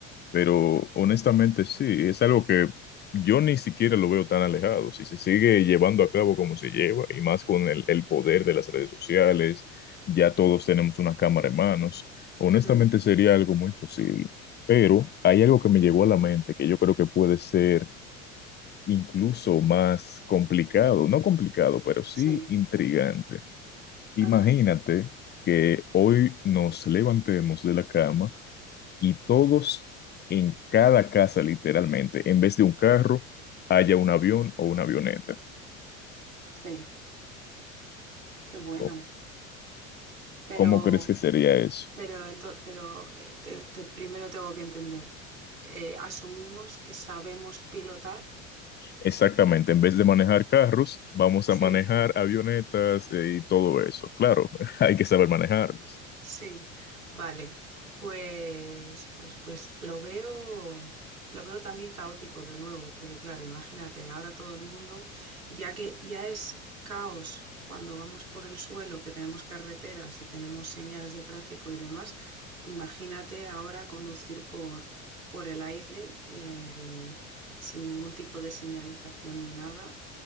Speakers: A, on the left; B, on the right.
A: Pero honestamente sí, es algo que yo ni siquiera lo veo tan alejado. Si se sigue llevando a cabo como se lleva, y más con el, el poder de las redes sociales, ya todos tenemos una cámara en manos, honestamente
B: mm.
A: sería algo muy posible. Pero hay algo que me llegó a la mente que yo creo que puede ser incluso más complicado, no complicado, pero sí
B: Sí,
A: intrigante. Imagínate
B: ajá,
A: que hoy nos levantemos de la cama y todos en cada casa, literalmente, en vez de un carro, haya un avión o una avioneta.
B: sí, qué bueno.
A: Co-
B: Pero,
A: ¿Cómo crees que sería eso?
B: pero, ento- pero eh, te- te- primero tengo que entender, eh, ¿asumimos que sabemos pilotar?
A: Exactamente, en vez de manejar carros, vamos
B: Sí.
A: a manejar avionetas eh, y todo eso. Claro, <laughs> hay que saber manejarlos.
B: Sí, vale. Pues, pues, pues lo veo, lo veo también caótico de nuevo, porque claro, imagínate, ahora todo el mundo, ya que ya es caos cuando vamos por el suelo, que tenemos carreteras y tenemos señales de tráfico y demás, imagínate ahora conducir por, por el aire eh, sin ningún tipo de señalización ni nada.